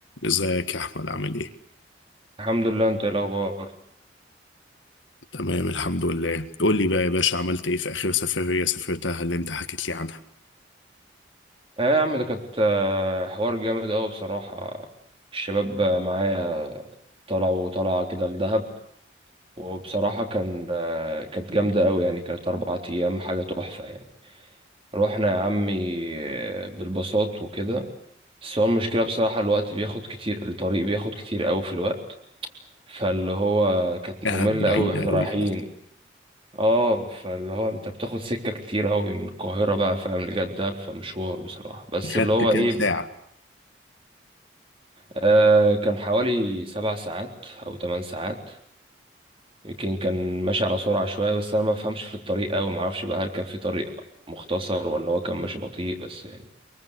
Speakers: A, on the left; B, on the right.
A: ازيك يا احمد عامل ايه
B: الحمد لله انت ايه الاخبار
A: تمام الحمد لله قول لي بقى يا باشا عملت ايه في اخر سفرية سافرتها اللي انت حكيت لي عنها
B: اه يا عم ده كانت آه، حوار جامد قوي بصراحه الشباب آه، معايا طلعوا طلعه كده لدهب وبصراحه كان آه، كانت جامده قوي يعني كانت اربع ايام حاجه تحفه يعني رحنا يا عمي آه، بالباصات وكده بس هو المشكله بصراحه الوقت بياخد كتير الطريق بياخد كتير قوي في الوقت فاللي هو كانت
A: كانت
B: ممله
A: بعيدة
B: قوي واحنا
A: قوي
B: رايحين
A: فعلا
B: اه فاللي هو انت بتاخد سكة كتير قوي من القاهرة بقى فاهم لجدة فمشوار بصراحة بس
A: اخدت
B: اللي هو
A: كام
B: ايه
A: ساعة
B: آه كان حوالي سبع ساعات او ثمان ساعات يمكن كان ماشي على سرعة شوية بس انا ما بفهمش في الطريق قوي ما اعرفش بقى هل كان في طريق مختصر ولا هو كان ماشي بطيء بس يعني